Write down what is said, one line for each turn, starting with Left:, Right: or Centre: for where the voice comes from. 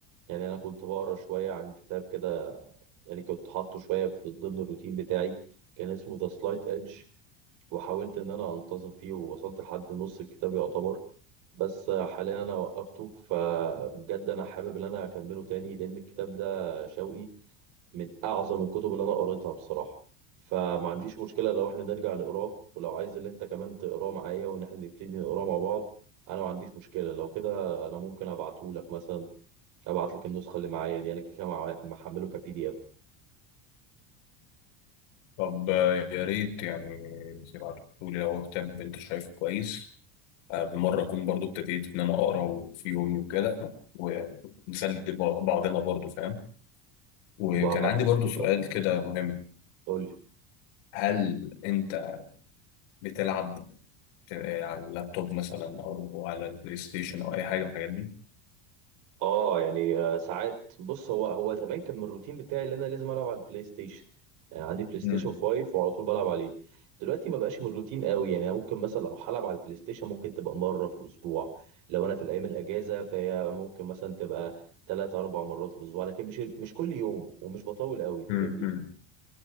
Right: يعني أنا كنت بقرا شوية عن كتاب كده يعني كنت حاطه شوية في ضمن الروتين بتاعي كان اسمه ذا سلايت ايدج وحاولت إن أنا أنتظم فيه ووصلت لحد نص الكتاب يعتبر بس حاليا أنا وقفته فبجد أنا حابب إن أنا أكمله تاني لأن الكتاب ده شوقي من أعظم الكتب اللي أنا قريتها بصراحة فما عنديش مشكلة لو إحنا نرجع نقراه ولو عايز إن أنت كمان تقراه معايا وإن إحنا نبتدي نقراه مع بعض أنا ما عنديش مشكلة لو كده أنا ممكن أبعتهولك مثلا ابعت لك النسخه اللي معايا دي انا كده كده مع- محمله كبي دي اف
Left: طب آه، يا ريت يعني تبعتولي لو هو كتاب انت شايفه كويس آه، بالمرة اكون برضو ابتديت ان انا اقرا في يومي وكده ونسلي ب- بعضنا برضو فاهم وكان
Right: يبقى عمال
Left: عندي برضو
Right: بالظبط
Left: سؤال كده مهم
Right: قول لي
Left: هل انت بتلعب ت- آه، على اللابتوب مثلا او على البلاي ستيشن او اي حاجة من الحاجات دي؟
Right: اه يعني آه، ساعات بص هو هو زمان كان من الروتين بتاعي ان انا لازم العب على البلاي ستيشن يعني عندي بلاي ستيشن
Left: مم.
Right: 5 وعلى طول بلعب عليه دلوقتي ما بقاش من الروتين قوي يعني أنا ممكن مثلا لو هلعب على البلاي ستيشن ممكن تبقى مره في الاسبوع لو انا في الايام الاجازه فهي ممكن مثلا تبقى ثلاث اربع مرات في الاسبوع لكن مش مش كل يوم ومش بطول قوي فاهمني
Left: مم. مم.